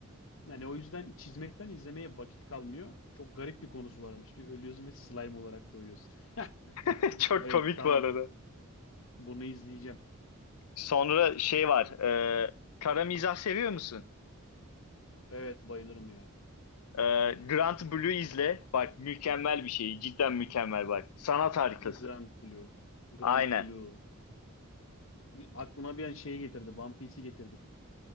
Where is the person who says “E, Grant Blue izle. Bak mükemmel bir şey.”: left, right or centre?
Left